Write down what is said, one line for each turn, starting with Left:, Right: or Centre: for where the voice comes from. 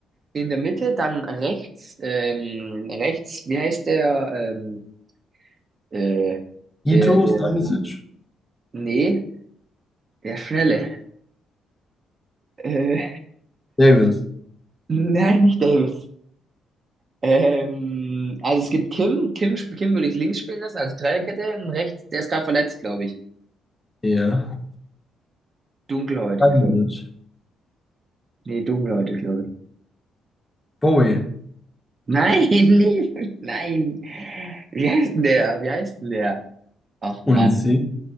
Right: in der Mitte, dann rechts, ähm, rechts, wie heißt der, ähm, äh, der,
Left: Ito,
Right: der,
Left: Stanisic,
Right: nee, der Schnelle. Äh,
Left: Davis.
Right: nein, nicht Davis. Ähm, also es gibt Kim. Kim, sp- Kim würde ich links spielen lassen, also Dreierkette. Und rechts, der ist gerade verletzt, glaube ich.
Left: Ja.
Right: Dunkelhäutig,
Left: Stanisic,
Right: glaube ich. Nee, dunkelhäutig, glaube ich.
Left: Bowie,
Right: Nein, <laughs> nee, nein. Wie heißt denn der? Wie heißt denn der? Ach Mann.
Left: Olise.